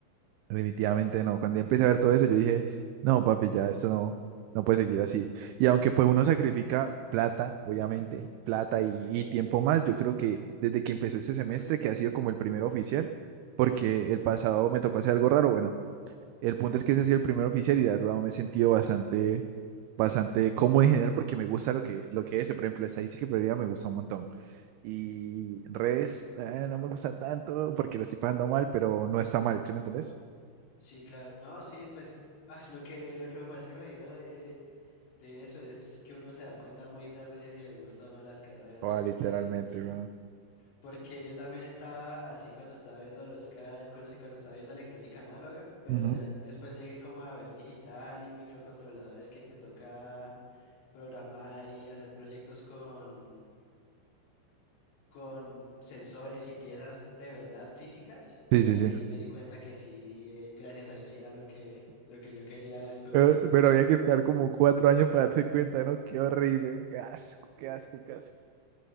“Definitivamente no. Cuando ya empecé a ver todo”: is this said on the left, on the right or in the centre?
Right